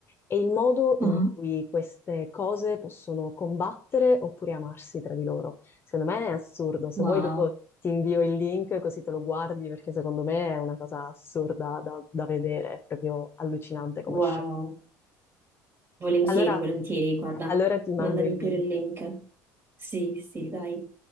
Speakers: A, on the left (about 30°); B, on the right (about 30°).
A: e il modo
B: Ah,
A: in cui queste cose possono combattere oppure amarsi tra di loro. Secondo me è assurdo, se
B: wow.
A: vuoi dopo ti invio il link così te lo guardi perché secondo me è una cosa assurda da, da vedere, è proprio allucinante come
B: Wow,
A: show.
B: volentieri,
A: Allora,
B: volentieri, guarda,
A: allora ti mando
B: mandami
A: il
B: pure
A: link.
B: il link. Sì, sì, dai.